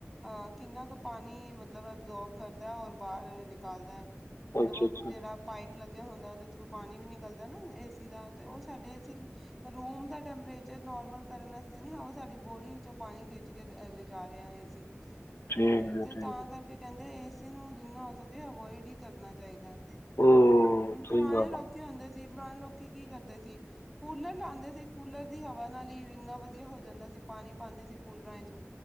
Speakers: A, in the centre; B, on the left.
A: ਅਹ ਕਿੰਨਾ ਕੁ ਪਾਣੀ ਮਤਲਬ ਐਬਜੋਰਬ ਕਰਦਾ ਔਰ ਬਾਹਰ ਨਿਕ ਨਿਕਾਲਦਾ ਹੈ। ਮਤਲਬ
B: ਅੱਛਾ
A: ਉਹ
B: ਅੱਛਾ
A: ਜਿਹੜਾ ਪਾਈਪ ਲੱਗਿਆ ਹੁੰਦਾ ਉਹਦੇ ਥਰੂ ਪਾਣੀ ਵੀ ਨਿਕਲਦਾ ਨਾ ਏ ਸੀ ਦਾ ਤੇ ਉਹ ਸਾਡੇ ਸਿਰਫ ਰੂਮ ਦਾ ਟੈਂਪਰੇਚਰ ਨੋਰਮਲ ਕਰਨ ਵਾਸਤੇ ਨ ਉਹ ਸਾਡੀ ਬੋਡੀ ਚੋਂ ਪਾਣੀ ਖਿੱਚ ਕੇ ਲਿਜਾ ਰਿਹਾ ਹੈ ਸੀ
B: ਠੀਕ
A: ਹੋਏ
B: ਜੀ
A: ਤੇ
B: ਠੀਕ
A: ਤਾਂ ਕਰਕੇ ਕਹਿੰਦੇ ਏਸੀ ਨੂੰ ਜਿੰਨਾ ਹੋ ਸਕੇ ਅਵੋਇਡ ਹੀ ਕਰਨਾ ਚਾਹੀਦਾ ਐ।
B: ਹੂੰ
A: ਹੁਣ ਪੁਰਾਣੇ
B: ਸਹੀ ਗੱਲ
A: ਲੋਕੀ ਹੁੰਦੇ ਸੀ ਪੁਰਾਣੇ ਲੋਕੀ ਕੀ ਕਰਦੇ ਸੀ ਕੂਲਰ ਲਾਉਂਦੇ ਸੀ, ਕੂਲਰ ਦੀ ਹਵਾ ਨਾਲ ਹੀ, ਇੰਨਾ ਵਧੀਆ ਵਧੀਆ ਹੋ ਜਾਂਦਾ ਸੀ ਪਾਣੀ ਪਾਉਂਦੇ ਸੀ ਕੂਲਰਾਂ 'ਚ